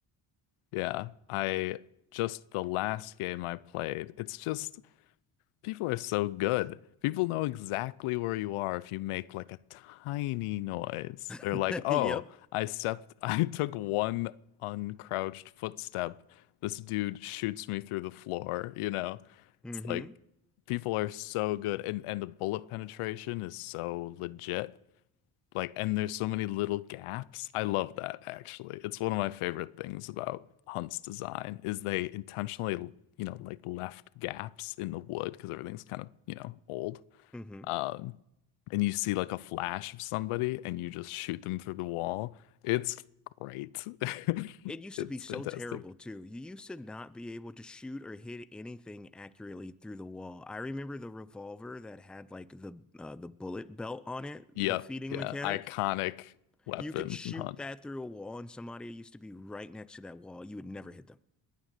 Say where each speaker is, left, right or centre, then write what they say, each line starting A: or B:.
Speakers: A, on the left (about 80°); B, in the centre.
A: Yeah. I just, the last game I played, it's just, People are so good. People know exactly where you are if you make like a tiny noise. They're
B: <laughs>
A: like, "Oh,
B: Yep.
A: I stepped, <laughs> I took one uncrouched footstep. This dude shoots me through the floor." You know,
B: hmm
A: it's like people are so good, and and the bullet penetration is so legit. Like, and there's so many little gaps. I love that actually. It's one of my favorite things about Hunt's design is they intentionally, you know, like left gaps in the wood because everything's kind of, you know, old.
B: hmm
A: Um, and you see like a flash of somebody and you just shoot them through the wall. It's great. <laughs>
B: It used
A: It's
B: to be so
A: fantastic.
B: terrible too. You used to not be able to shoot or hit anything accurately through the wall. I remember the revolver that had like the uh, the bullet belt on it,
A: Yep,
B: the feeding
A: yeah,
B: mechanic.
A: iconic weapon
B: You could shoot
A: in Hunt.
B: that through a wall, and somebody used to be right next to that wall. You would never hit them.